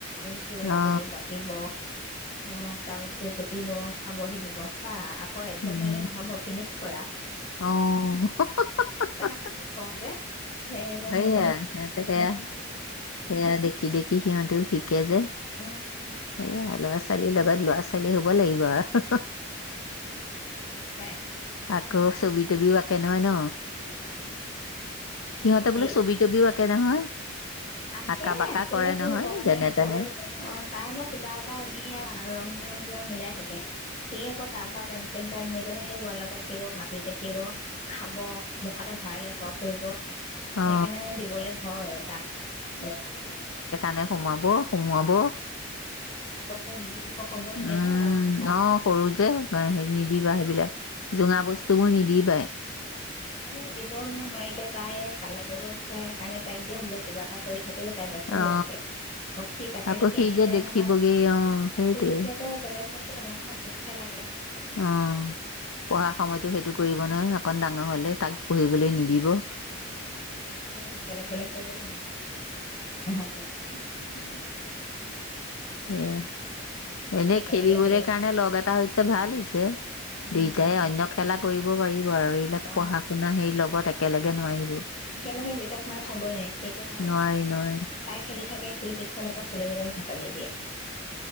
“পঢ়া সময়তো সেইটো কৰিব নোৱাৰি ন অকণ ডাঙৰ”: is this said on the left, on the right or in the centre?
Left